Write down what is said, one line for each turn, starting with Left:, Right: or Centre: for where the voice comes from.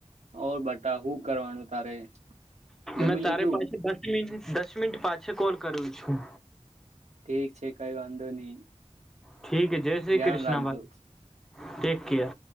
Right: ઓર બટા હું કરવાનું તારે જમી
Centre: મે તારે
Right: લીધું?
Centre: પાસે <unintelligible> દસ મિનિટ પાછી કોલ કરું છું
Right: ઠીક છે કઈ વાંધો નહી
Centre: ઠીક હ જય શ્રી
Right: ધ્યાન
Centre: કૃષ્ણ
Right: રાખજો.
Centre: ભાઈ ટેક કેર